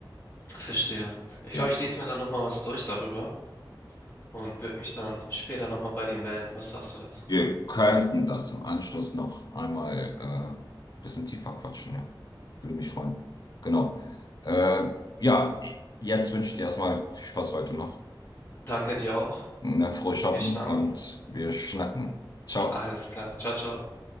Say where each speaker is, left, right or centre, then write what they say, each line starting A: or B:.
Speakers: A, on the left; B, on the left.
A: Verstehe. Ich
B: Ja,
A: glaube, ich lese mir dann nochmal was durch darüber und würde mich dann später nochmal bei dir melden. Was sagst du dazu?
B: wir könnten das im Anschluss noch einmal äh, ein bisschen tiefer quatschen, ja. Würde mich freuen. Genau. Äh, ja, jetzt wünsche ich dir erstmal viel Spaß heute noch.
A: Danke dir auch.
B: Na, frohes Schaffen
A: Wir schnacken.
B: und wir schnacken. Ciao.
A: Alles klar. Ciao, ciao.